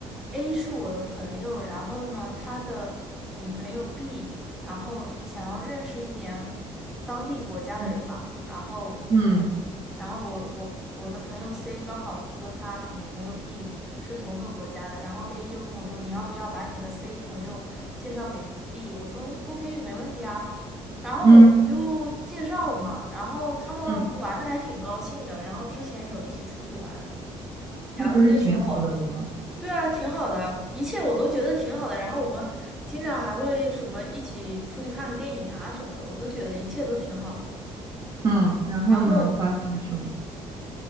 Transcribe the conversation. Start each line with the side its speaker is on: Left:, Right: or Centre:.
Centre: ，A 是我的朋友，然后呢，他的女朋友 B，然后想要认识一点当地国家的人吧，
Right: 嗯
Centre: 然后，
Right: 嗯
Centre: 然后我我我的朋友 C 刚好跟他女朋友 B 是同个国家的，然后 A 就跟我说，你要不要把你的 C 朋友介绍给 B？我说 OK，没问题啊。然后我就介绍了嘛，
Right: 嗯，嗯
Centre: 然后他们玩的还挺高兴的，
Right: 嗯
Centre: 然后之前有一起出去玩。然后那时候，
Right: 那不是挺好的吗？
Centre: 对啊，挺好的，一切我都觉得挺好的。然后我们经常还会什么一起出去看个电影啊什么的，我都觉得一切都挺好的。
Right: 嗯，然后呢，
Centre: 然后
Right: 发生了什么？